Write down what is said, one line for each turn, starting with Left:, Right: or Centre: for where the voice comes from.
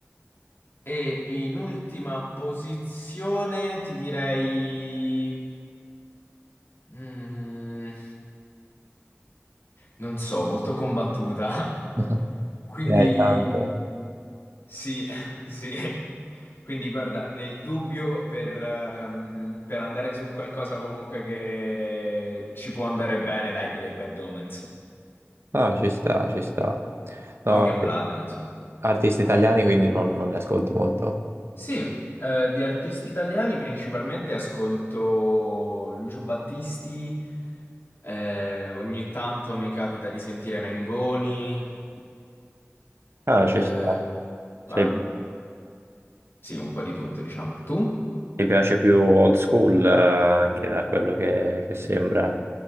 Left: e in ultima posizione ti direi... mm, non so, molto combattuta.
Right: <laughs>
Left: <laughs> Quindi...
Right: Ne hai tante.
Left: Sì, <laughs> sì. Quindi guarda, nel dubbio per, ehm, per andare su un qualcosa comunque che ci può andare bene, dai, direi Bad Omens.
Right: No, ci sta, ci sta. No,
Left: O Youngblood,
Right: eh,
Left: non so.
Right: artisti italiani quindi non, non li ascolto molto.
Left: Sì, eh, di artisti italiani principalmente ascolto Lucio Battisti, eh, ogni tanto mi capita di sentire Mengoni,
Right: Ah,
Left: eh,
Right: ci sta. Se
Left: ma, sì, un po' di tutto, diciamo. Tu?
Right: ti piace più old school, eh, anche da quello che, che sembra.